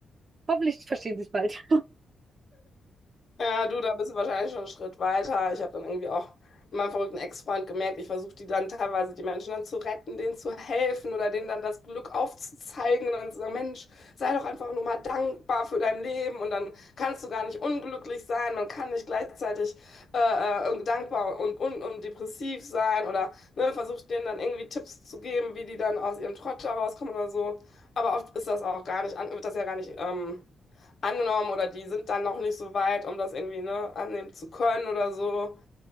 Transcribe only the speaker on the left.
Ja, du, da bist du wahrscheinlich schon einen Schritt weiter. Ich habe dann irgendwie auch mit meinem verrückten Ex-Freund gemerkt, ich versuche die dann teilweise, die Menschen dann zu retten, denen zu helfen oder denen dann das Glück aufzuzeigen und dann zu sagen, Mensch, sei doch einfach nur mal dankbar für dein Leben und dann kannst du gar nicht unglücklich sein, man kann nicht gleichzeitig äh, äh, dankbar und, und, und depressiv sein oder ne, versucht denen dann irgendwie Tipps zu geben, wie die dann aus ihrem Trott da rauskommen oder so. Aber oft ist das auch gar nicht, an- wird das ja gar nicht... Ähm, angenommen oder die sind dann noch nicht so weit, um das irgendwie, ne, annehmen zu können oder so.